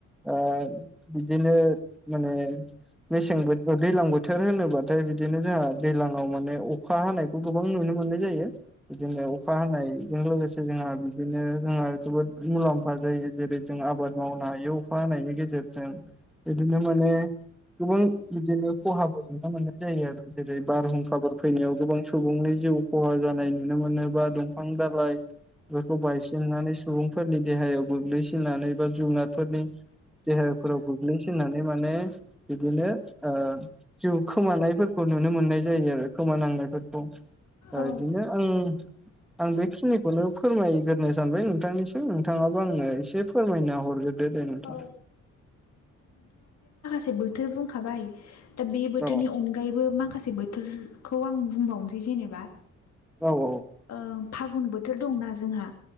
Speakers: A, in the centre; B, on the left (about 60°).
A: ओ बिदिनो माने मेसें बोथ ओ दैलां बोथ बोथोर होनोब्लाथाय बिदिनो जोंहा दैलाङाव माने अखा हानायखौ गोबां नुनो मोननाय जायो बिदिनो औ हानायजों लोगोसे जोंहा बिदिनो जोंहा जोबोद मुलामफा जायो जेरै जों आबाद मावनाय बे अखा हानायनि गेजेरजों बिदिनो माने गोबां बिदिनो ख'हाबो नुनो मोननाय जायो आरो जेरै बारहुंखाफोर फैनायाव गोबां सुबुंनि जिउ ख'हा जानाय नुनो मोनोबा दंफां दालाइ बेफोरखौ बायसिननानै सुबुंफोरनि देहायाव गोग्लैसोनानै एबा जुनारफोरनि देहाफोराव गोग्लैसिननानै माने बिदिनो ओ जिउ खोमानायफोरखौ नुनो मोनो नाय जायो आरो खोमानांनायफोरखौ ओ
B: औ,
A: बिदिनो आं आं बेखिनिखौनो फोरमायग्रोनो सानबाय नोंथांनिसिम नोंथाङाबा आंनो एसे फोरमायना हरग्रोदो दे नोंथां
B: औ. से बोथोर बुंखाबाय दा बे बोथोरनि
A: औ
B: अनगायैबो माखासे से बोथोरखौ आं बुंबावनोसै जेनेबा
A: औ औ
B: ओ फागुन बोथोर दंना जोंहा